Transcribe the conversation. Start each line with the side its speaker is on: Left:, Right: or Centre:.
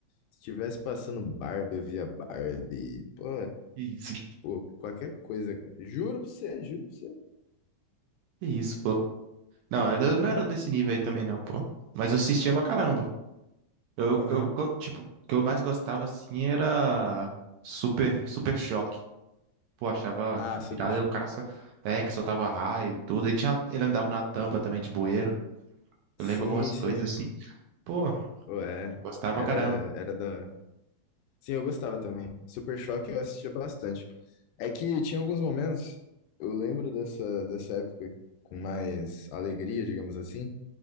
Left: Se tivesse passando Barbie, eu via Barbie. Pô,
Right: que isso.
Left: pô, qualquer coisa, cara. Juro pra você, juro pra você.
Right: Que isso, pô. Não, eu não
Left: Hã?
Right: era desse nível aí também, não, pô. Mas eu assistia pra caramba. Eu,
Left: Aham.
Right: eu, co- tipo, o que eu mais gostava, assim, era Super, Super Choque. Pô, achava
Left: Ah, Super
Right: irado.
Left: Show.
Right: aí O cara só, é, que soltava raio e tudo. E tinha, ele andava numa tampa também de bueiro. Eu
Left: Sim,
Right: lembro algumas coisas,
Left: sim.
Right: assim. Pô,
Left: Ué,
Right: gostava
Left: era,
Right: pra caramba.
Left: era da. hora. Sim, eu gostava também. Super Choque eu assistia bastante. É que tinha alguns momentos, eu lembro dessa, dessa época com mais alegria, digamos assim,